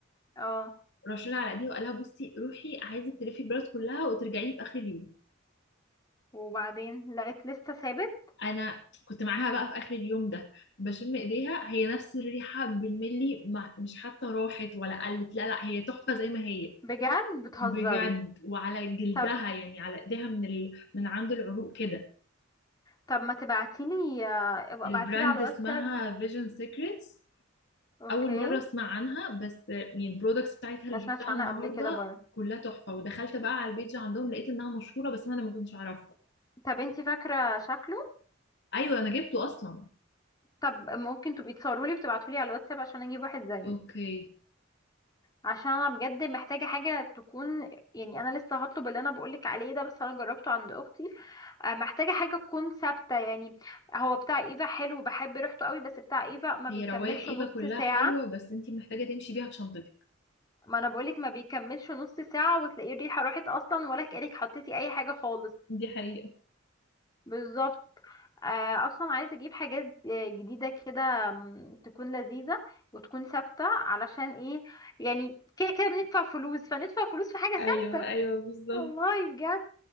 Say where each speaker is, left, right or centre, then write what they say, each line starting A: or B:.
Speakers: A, on the left (about 20°); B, on the left (about 60°).
A: اه
B: رشولة على ايديها وقال لها بصي روحي عايزك تلفي البلد كلها وترجعي في اخر اليوم
A: وبعدين لقيت لسه ثابت
B: انا كنت معاها بقى في اخر اليوم ده بشم ايديها هي نفس الريحه بالملي ما مش حتى راحت ولا قلت لا لا هي تحفه زي ما هي
A: بجد بتهزري
B: بجد وعلى جلدها
A: طب
B: يعني على ايديها من ال... من عند العروق كده
A: طب ما تبعتيلي ابقى
B: البراند
A: ابعتيلي على الواتساب
B: اسمها فيجن سيكريتس
A: اوكي
B: اول مره اسمع عنها بس يعني البرودكتس بتاعتها
A: ما
B: اللي
A: سمعتش
B: شفتها
A: عنها
B: النهارده
A: قبل كده برضه
B: كلها تحفه ودخلت بقى على البيج عندهم لقيت انها مشهوره بس انا ما كنتش اعرفها
A: طب انتي فاكرة شكله
B: ايوه انا جبته اصلا
A: طب ممكن تبقي تصورولي بتبعتولي على الواتساب عشان اجيب واحد زيه
B: اوكي
A: عشان انا بجد محتاجة حاجة تكون يعني انا لسه هطلب اللي انا بقولك عليه ده بس انا جربته عند اختي آه، محتاجة حاجة تكون ثابتة يعني هو بتاع ايفا حلو بحب ريحته قوي بس بتاع ايفا ما
B: هي
A: بيكملش
B: روايح ايفا
A: نص
B: كلها
A: ساعة
B: حلوة بس انتي محتاجة تمشي بيها في شنطتك
A: ما انا بقولك ما بيكملش نص ساعة وتلاقيه الريحة راحت اصلا ولا كأنك حطيتي اي حاجة خالص
B: دي حقيقة
A: بالظبط آه، اصلا عايزه اجيب حاجات آه، جديده كده م، تكون لذيذه وتكون ثابته علشان ايه يعني كده كده بندفع فلوس فندفع فلوس في حاجه
B: ايوه
A: ثابته
B: ايوه بالظبط
A: والله بجد